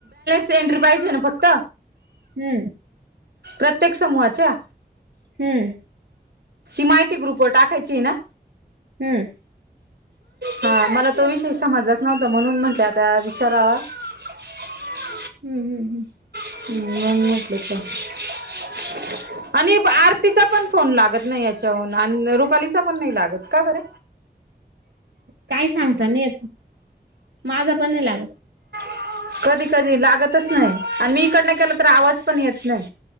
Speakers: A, on the right; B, on the right.
A: सेंटर पाहिजे ना फक्त
B: हम्म
A: प्रत्येक समूहाच्या
B: हम्म
A: माहिती ग्रुप टाकायची ना
B: हम्म
A: हा मला तो विषय समजलाच नव्हत म्हणून म्हंटलं आता विचारावा ह्
B: हम्म, हम्म, हम्म
A: ह् मग म्हटलं का आणि आरतीचा पण फोन लागत नाही याच्याहून आणि रुपालीचा पण नाही लागत का बर
B: काय सांगता नाही येत माझा पण नाही लागत
A: <unintelligible> कधी कधी लागतच नाही आणि मी इकडन केला तर आवाज पण येत नाही